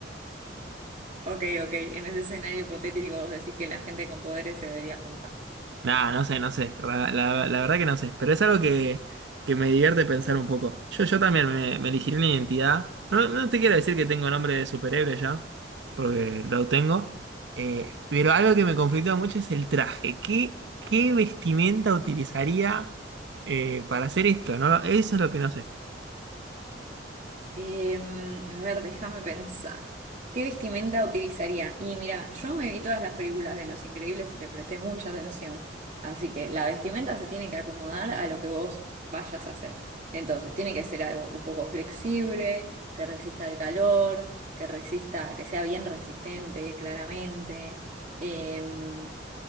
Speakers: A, on the right; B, on the right.
A: Ok, ok, en ese escenario hipotético vos decís que la gente con poderes se debería juntar.
B: Nah, no sé, no sé. Ra- La, la verdad que no sé. Pero es algo que, que me divierte pensar un poco. Yo, yo también me, me elegiría una identidad. No, no te quiero decir que tengo nombre de superhéroe ya, porque lo tengo. Eh, pero algo que me conflictúa mucho es el traje. ¿Qué, qué vestimenta utilizaría eh, para hacer esto? No, eso es lo que no sé.
A: Em, a ver, déjame pensar. ¿Qué vestimenta utilizaría? Y mira, yo me vi todas las películas de Los Increíbles y le presté mucha atención. Así que la vestimenta se tiene que acomodar a lo que vos vayas a hacer. Entonces, tiene que ser algo un poco flexible, que resista el calor, que resista, que sea bien resistente, claramente. Em,